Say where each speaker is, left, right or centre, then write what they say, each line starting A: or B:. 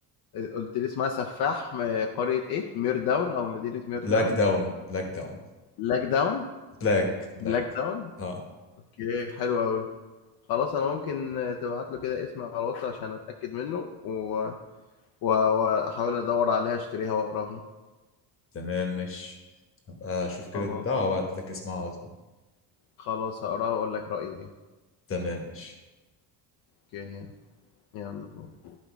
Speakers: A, on the left (about 60°); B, on the left (about 30°).
A: قلت لي اسمها سفاح من قرية إيه؟ مير داون أو مدينة
B: <laughs>
A: مير
B: بلاك
A: داون
B: داون بلاك داون
A: بلاك داون
B: بلاك بلاك
A: بلاك داون
B: اه
A: اوكي حلو قوي خلاص انا ممكن تبعت له كده اسمي على الواتس عشان اتاكد منه و- و- واحاول ادور عليها اشتريها واقراها
B: تمام ماشي هبقى اشوف كده
A: خلاص
B: البتاع وابعت لك اسمها على طول
A: خلاص هقراها واقول لك رايي ايه
B: تمام ماشي
A: اوكي يلا باي